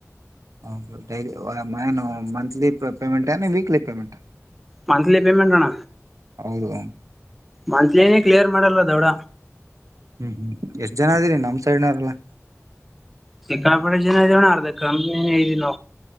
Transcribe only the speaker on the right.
ಹ ಏನ monthly payment weekly payment.
ಹೌದು.
ಹ್ಮ್ ಹ್ಮ್ ಎಷ್ಟ್ ಜನ ಆದಿರಿ ನಮ್ ಸೈಡ್ನವ್ರಲ್.